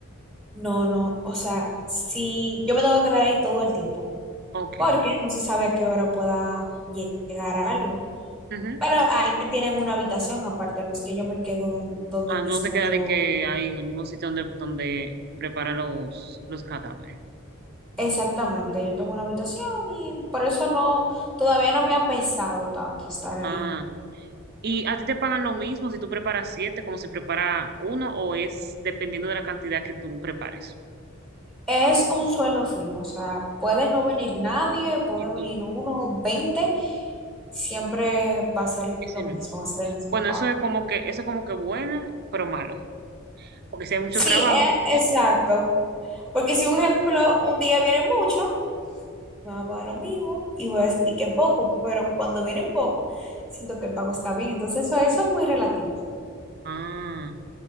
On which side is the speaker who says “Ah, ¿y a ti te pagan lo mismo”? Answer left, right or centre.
Right